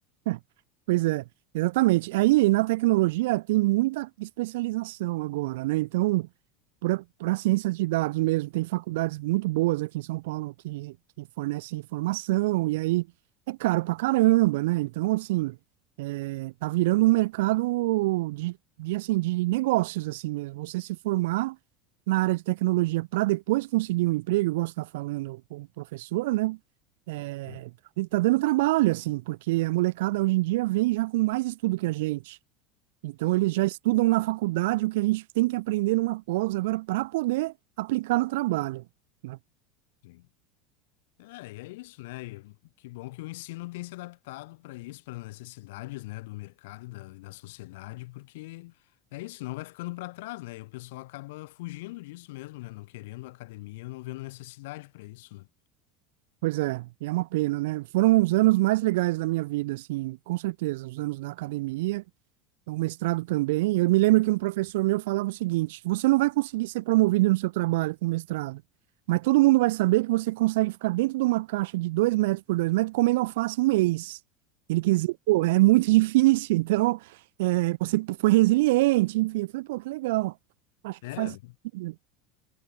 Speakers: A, on the right (about 75°); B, on the left (about 75°).
A: <laughs> pois é, exatamente. Aí na tecnologia tem muita especialização agora, né? Então, para ciências de dados mesmo, tem faculdades muito boas aqui em São Paulo que, que fornecem informação, e aí é caro pra caramba, né? Então, assim, é, tá virando um mercado de, de, assim, de negócios, assim mesmo. Você se formar na área de tecnologia para depois conseguir um emprego, igual você está falando como professor, né? É,
B: Hum,
A: tá dando trabalho, assim, porque a molecada hoje em dia vem já com mais estudo que a gente. Então,
B: sim,
A: eles já estudam na faculdade o que a gente tem que aprender numa pós agora para poder aplicar no trabalho, né?
B: sim. É, e é isso, né? E que bom que o ensino tem se adaptado para isso, para as necessidades, né, do mercado e da, e da sociedade, porque é isso, não vai ficando para trás, né? E o pessoal acaba fugindo disso mesmo, né? Não querendo academia, não vendo necessidade para isso, né?
A: Pois é, e é uma pena, né? Foram os anos mais legais da minha vida, assim, com certeza, os anos da academia o mestrado também. Eu me lembro que um professor meu falava o seguinte: você não vai conseguir ser promovido no seu trabalho com mestrado, mas todo mundo vai saber que você consegue ficar dentro de uma caixa de dois metros por dois metros comendo alface um mês. Ele quis dizer, pô, é muito <laughs> difícil, então é, você foi resiliente, enfim. Eu falei, pô, que legal. Acho
B: É,
A: que faz sentido.